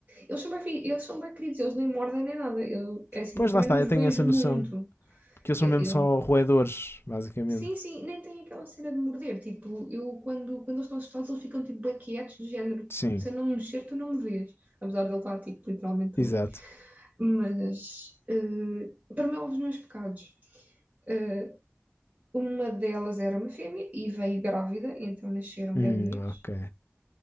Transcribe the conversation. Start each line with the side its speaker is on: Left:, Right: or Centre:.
Right: Eles são bem, fi- eles são bem queridos, eles nem mordem nem nada. Eu, é assim,
Left: pois
Right: eu também
Left: lá está,
Right: não os
Left: eu tenho
Right: vejo
Left: essa noção.
Right: muito.
Left: Porque eles
Right: Eu,
Left: são mesmo só
Right: eu
Left: roedores, basicamente.
Right: Sim, sim, nem tem aquela cena de morder. Tipo, eu quando, quando eles estão assustados, eles ficam tipo bué quietos, do género,
Left: Sim,
Right: se eu não me mexer, tu não me vês. Apesar de ele estar tipo literalmente
Left: exato.
Right: ali. Mas eh, para mim, houve os meus pecados. Eh, uma delas era uma fêmea e veio grávida, então nasceram
Left: Hum,
Right: bebês.
Left: ok.